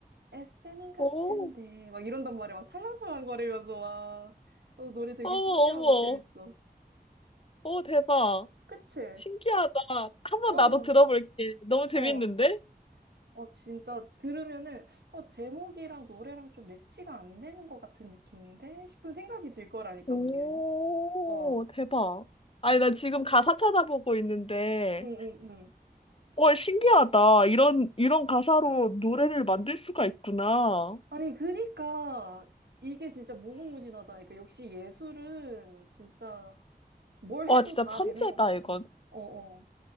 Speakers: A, on the right; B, on the left.
A: 에스테는 갔을
B: 오.
A: 텐데 막 이런단 말이야 막 살랑살랑 거리면서 와 어, 노래 되게
B: 어머,
A: 신기하고
B: 어머.
A: 재밌어
B: 오, 대박.
A: 그치?
B: 신기하다. 한번
A: 어어어
B: 나도 들어볼게. 너무 재밌는데?
A: 어, 어, 진짜 들으면은 어 제목이랑 노래랑 좀 매치가 안 되는 것 같은 느낌인데 싶은 생각이 들 거라니까
B: 오,
A: 분명히 어
B: 대박. 아니, 나 지금 가사 찾아보고 있는데,
A: 응응응
B: 와, 신기하다. 이런, 이런 가사로 노래를 만들 수가 있구나.
A: 아니 그니까 이게 진짜 무궁무진하다니까 역시 예술은 진짜 뭘
B: 와,
A: 해도
B: 진짜
A: 다
B: 천재다,
A: 되는 것 같아
B: 이건.
A: 그냥 어어